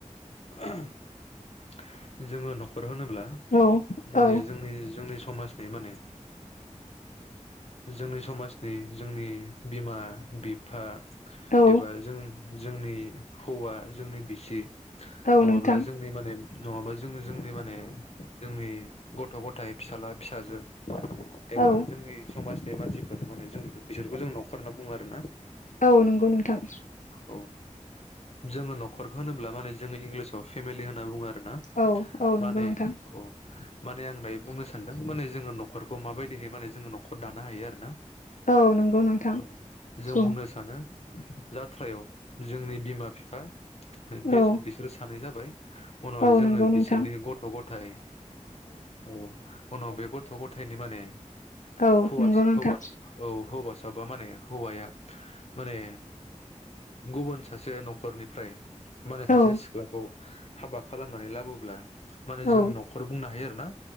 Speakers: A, on the left; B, on the left.
A: <unintelligible> जोङो न'खर होनोब्ला
B: औ
A: माने
B: औ
A: जोंनि जोंनि समाज है माने जोंनि समाजनि जोंनि बिमा - बिफा
B: औ
A: एबा जों जोंनि हौवा जोंनि बिसि
B: औ
A: नङाब्ला
B: नोंथां
A: जोंनि माने जोङो जोंनि माने जोंनि गथ' - गथाइ, फिसाला - फिसाजो <unintelligible> एबा
B: औ
A: जोंनि समाजनि मानसिफोर माने जों बिसोरखौ जों न'खर होनना बुङो आरो ना
B: औ नंगौ नोंथां
A: औ जोङो न'खरखो होनोब्ला माने जोङो इंलिसाव फेमिलि होनना बुङो
B: औ
A: <unintelligible>
B: औ नंगौ
A: माने
B: नोंथां
A: अ माने आं दायो बुंनो सानदों माने जोङो न'खरखौ माबायदिहाय माने जोङो न'खर दानो हायो आरो ना
B: औ नंगौ नोंथां
A: औ जों
B: बुं
A: बुंनो सानो जात्रायाव जोंनि बिमा - फिफा बे
B: औ
A: बिसोरो सानै जाबाय उनाव
B: औ
A: जोङो
B: नंगौ
A: बिसोरनि
B: नोंथां
A: गथ' - गथाइ औ उनाव बे गथ'- गथायनि माने
B: औ
A: हौवास
B: नंगौ नोंथां
A: हौवास औ हौवासा माने हौवाया माने गुबुन सासे न'खरनि फ्राय माने सासे
B: औ
A: सिख्लाखौ हाबा खालामनानै लाबोब्ला माने
B: औ
A: जों न'खर बुंनो हायो आरो ना